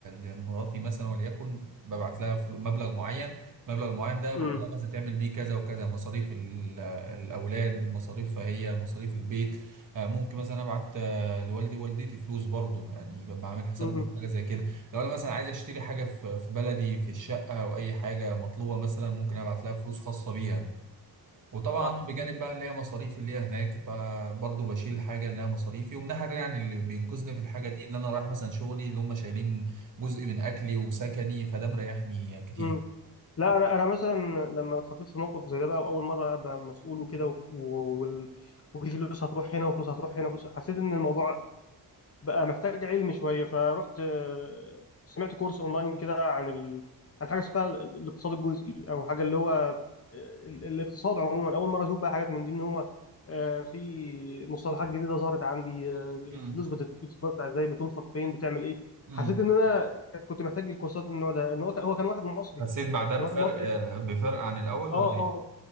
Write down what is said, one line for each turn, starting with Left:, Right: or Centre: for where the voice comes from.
Right: لمراتي مثلا وليكن ببعت لها فلو- مبلغ معين مبلغ معين ده بقول
Left: امم
Right: لها مثلا تعمل بيه كذا وكذا مصاريف ال- الاولاد مصاريف فهي مصاريف البيت آه، ممكن مثلا ابعت آه، لوالدي ووالدتي فلوس برضو يعني ببقى عامل حساب
Left: امم
Right: حاجه زي كده لو انا مثلا عايز اشتري حاجه في في بلدي في الشقه او اي حاجه مطلوبه مثلا ممكن ابعت لها فلوس خاصه بيها وطبعا
Left: صح
Right: بجانب بقى اللي هي مصاريف اللي هي هناك فبرضه بشيل الحاجه اللي هي مصاريفي ومن ناحيه تانية يعني اللي بينقذني في الحاجه دي اللي انا رايح مثلا شغلي اللي هم شايلين جزء من اكلي وسكني فده مريحني كتير
Left: امم لا انا انا مثلا لما اتحطيت في موقف زي ده بقى واول مره ابقى مسؤول وكده و... و... وال- وفي فلوس هتروح هنا وفلوس هتروح هنا وفلوس... حسيت ان الموضوع بقى محتاج علم شويه فرحت آه، سمعت كورس اونلاين كده عن ال... عن حاجه اسمها ال- الاقتصاد الجزئي او حاجه اللي هو آه، ال- الاقتصاد عموما اول مره اشوف بقى حاجات من دي ان هو آه، في مصطلحات جديده ظهرت عندي آه، الفلوس
Right: مم.
Left: بتت- بتتوزع ازاي بتنفق فين بتعمل ايه
Right: مم.
Left: حسيت ان انا كانت- كنت محتاج الكورسات من النوع ده ان هو كان هو كان واحد مصري
Right: حسيت بعدها
Left: كان
Right: بفرق
Left: واحد مصري
Right: بفرق عن الاول
Left: اه
Right: ولا ايه؟
Left: اه